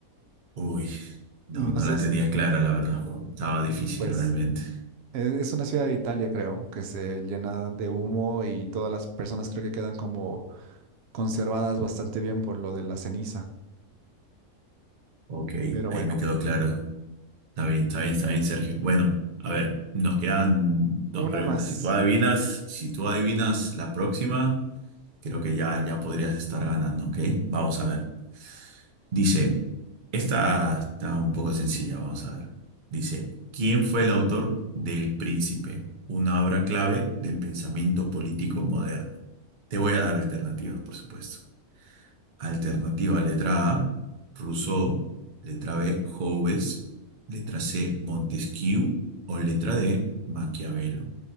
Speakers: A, on the right; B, on the right.
A: Uy, no,
B: No
A: no la
B: sé
A: tenía
B: si,
A: clara, la verdad. Estaba difícil
B: sí, pues
A: realmente.
B: e- es, una ciudad de Italia, creo, que se llena de humo y todas las personas creo que quedan como conservadas bastante bien por lo de la ceniza.
A: Ok,
B: Pero
A: ahí
B: bueno,
A: me quedó claro. Está bien, está bien, está bien, Sergio. Bueno, a ver, nos quedan dos
B: una
A: preguntas.
B: más.
A: Si tú adivinas, si tú adivinas la próxima, creo que ya, ya podrías estar ganando, ¿ok? Vamos a ver. Dice, esta está un poco sencilla, vamos a ver. Dice, ¿quién fue el autor del Príncipe? Una obra clave del pensamiento político moderno. Te voy a dar alternativas, por supuesto. Alternativa letra A, Rousseau, letra B, Hobbes, letra C, Montesquieu o letra D, Maquiavelo.